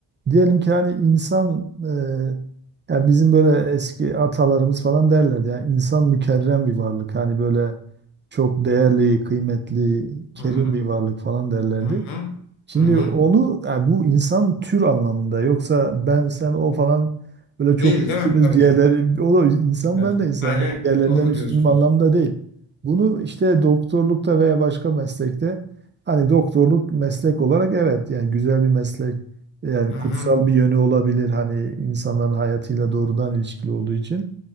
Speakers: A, on the right; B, on the left.
A: diyelim ki hani insan e, ya bizim böyle eski atalarımız falan derlerdi. Yani insan mükerrem bir varlık. Hani böyle çok değerli, kıymetli, kerim
B: Hı hı
A: bir varlık falan derlerdi.
B: hı hı.
A: Şimdi
B: Hı hı.
A: onu yani bu insan tür anlamında yoksa ben sen o falan böyle çok
B: Değil
A: üstünüz
B: değil mi? Tabii
A: diğerleri
B: ki.
A: o da insan
B: Evet.
A: ben de insan
B: Aynen
A: ben diğerlerinden
B: öyle. doğru
A: üstünüm
B: diyorsunuz.
A: anlamda değil. Bunu işte doktorlukta veya başka meslekte hani doktorluk meslek olarak evet yani güzel bir meslek yani
B: Hı hı.
A: kutsal bir yönü olabilir hani insanların hayatıyla doğrudan ilişkili olduğu için.